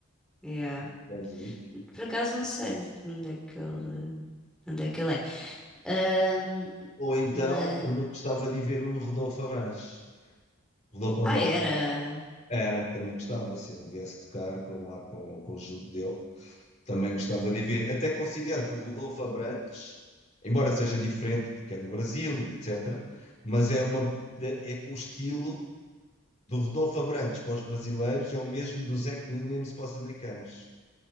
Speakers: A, in the centre; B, on the left.
A: Yeah.
B: Estados Unidos.
A: Por acaso não sei de onde é que ele, de onde é que ele é. Ahm,
B: Ou então,
A: mas...
B: também gostava de ver o Rodolfo Abrantes. Rodolfo Abrantes.
A: Ah, era.
B: Era, também gostava, se ele viesse tocar com, lá, com o conjunto dele. Também gostava de ver. Até considero que o Rodolfo Abrantes, embora seja diferente porque é do Brasil, e etc., mas é uma, é o estilo do Rodolfo Abrantes para os brasileiros é o mesmo do Zach Williams para os americanos.